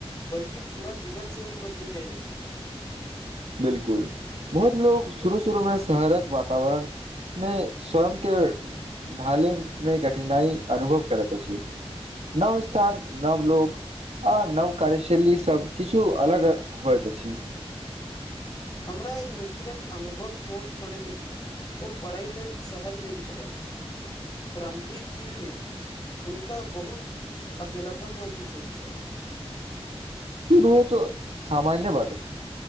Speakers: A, on the left; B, on the right.
A: बल्कि पूरा जीवन शैली बदली जाइत अछि
B: बिलकुल, बहुत लोक शुरू-शुरूमे शहरक वातावरण मे स्वयं के ढाले मे कठिनाई अनुभव करैत अछि नव स्थान नव लोक आ नव कार्यशैली सभ किछु अलग होइत अछि।
A: हमरा एक मित्रक अनुभव मोन पड़ैत अछि ओ पढ़ै लेल शहर गेल छलै प्रारम्भिक दिनमे। हुनका बहुत अकेलापन महसूस होइत छल।
B: ई बहुत सामान्य बात अछि